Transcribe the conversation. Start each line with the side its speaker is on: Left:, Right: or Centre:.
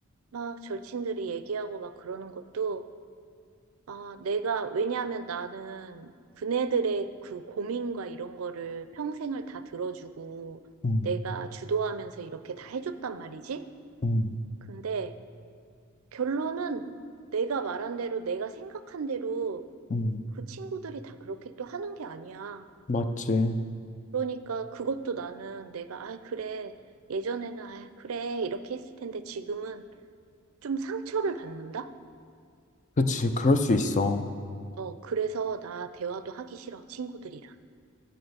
Right: 막 절친들이 얘기하고 막 그러는 것도, 아, 내가, 왜냐하면 나는 그네들의 그 고민과 이런 거를 평생을 다 들어주고,
Left: 음,
Right: 내가 주도하면서 이렇게 다 해줬단 말이지?
Left: 음,
Right: 근데 결론은 내가 말한 대로, 내가 생각한 대로
Left: 음,
Right: 그 친구들이 다 그렇게 또 하는 게 아니야.
Left: 맞지.
Right: 그러니까 그것도 나는 내가, 아, 그래. 예전에는, 아, 그래. 이렇게 했을 텐데 지금은 좀 상처를 받는다?
Left: 그치, 그럴 수 있어.
Right: 어, 그래서 나 대화도 하기 싫어. 친구들이랑.